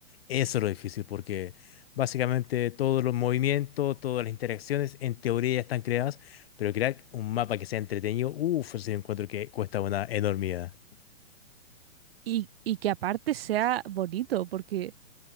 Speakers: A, on the left; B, on the right.
A: Eso es lo difícil porque básicamente todos los movimientos, todas las interacciones en teoría ya están creadas, pero crear un mapa que sea entretenido, uff, ese encuentro que cuesta una enormidad.
B: Y, y que aparte sea bonito, porque